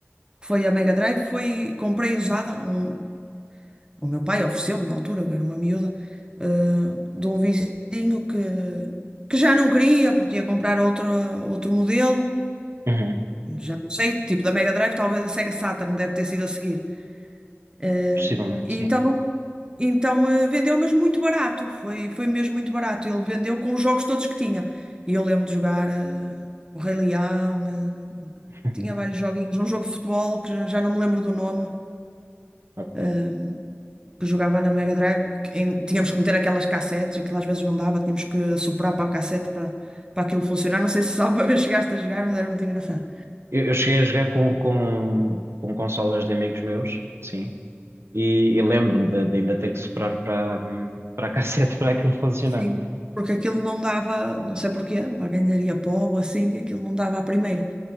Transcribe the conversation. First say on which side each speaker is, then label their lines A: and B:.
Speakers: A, on the right (about 20°); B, on the right (about 65°).
A: que foi a Mega Drive, foi, comprei usada, um o meu pai ofereceu-me na altura, eu era uma miúda, eh, de um vizinho que, que já não queria porque ia comprar outra, outro modelo,
B: Uhum.
A: já não sei, tipo da Mega Drive, talvez a Sega Saturn deve ter sido a seguir. Eh,
B: Possivelmente,
A: e
B: sim.
A: então, então eh, vendeu, mas muito barato, foi, foi mesmo muito barato. Ele vendeu com os jogos todos que tinha. E eu lembro de jogar eh, o Rei Leão, eh,
B: <laughs>
A: tinha vários joguinhos, um jogo de futebol que já já não me lembro do nome.
B: Ok.
A: Eh, que jogava na Mega Drive, que em- tínhamos que meter aquelas cassetes, aquilo às vezes não dava, tínhamos que soprar para a cassete para, para aquilo funcionar. Não sei se alguma <laughs> vez chegaste a jogar, mas era muito engraçado.
B: Eu, eu cheguei a jogar com, com, com consolas de amigos meus, sim. E, e lembro-me de, de ainda ter que soprar para, hum, para a cassete <laughs> para aquilo funcionar.
A: Sim, porque aquilo não dava, não sei porquê, lá ganharia pó ou assim, aquilo não dava à primeira.